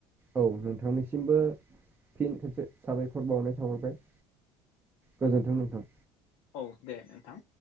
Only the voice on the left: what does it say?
औ दे नोंथां